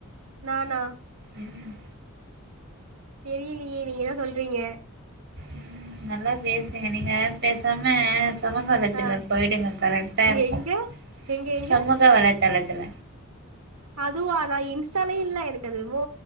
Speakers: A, on the right; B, on the right.
A: நானா
B: ம்
A: தெரியலியே நீங்க தா சொல்றீங்க
B: ம் நல்லா பேசுறீங்க நீங்க பேசாம சமூக வளத்தில
A: ஆ
B: போயிடுங்க கரெக்டா இருக்கு
A: எங்க எங்க எங்க
B: சமூக வலைதளத்துல
A: அதுவா நா இன்ஸ்டாலயு இல்ல எனக்கு அது எமோ